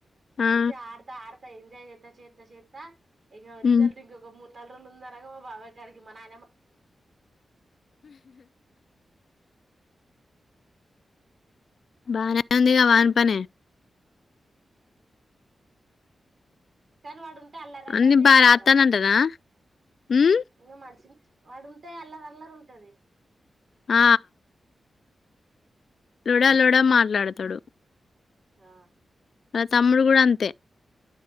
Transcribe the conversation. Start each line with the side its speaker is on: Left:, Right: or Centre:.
Left: ఆ
Right: మంచిగా ఆడత ఆడత త ఎంజాయ్ చేత చేత చేత ఇంగ
Left: హ్మ్
Right: రిజల్ట్ ఇంక గమ్ముని లు ఉందనంగా మా బాబాయ్ కాడికి మా నాయన
Left: బానే ఉందిగా వాన్ పనే
Right: కని వాడు అల్లరి అల్లరి
Left: అంది
Right: చేత్తార్రా
Left: బా రాత్తందంటనా హ్మ్
Right: ఇంగ మనిషి వాడుంటే అల్లరల్లరుంటది
Left: ఆ లొడా లొడా మాట్లాడతాడు
Right: ఆ
Left: తమ్ముడు కూడా అంతే